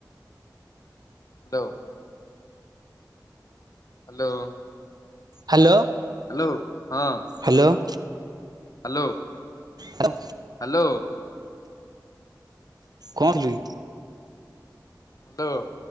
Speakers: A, on the left (about 50°); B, on the right (about 60°).
A: ହ୍ୟାଲୋ। ହ୍ୟାଲୋ।
B: ହ୍ୟାଲୋ।
A: ହ୍ୟାଲୋ। ହଁ।
B: ହ୍ୟାଲୋ।
A: ହ୍ୟାଲୋ।
B: ତ।
A: ହ୍ୟାଲୋ।
B: କଣ ଥିଲୁ?
A: ହ୍ୟାଲୋ।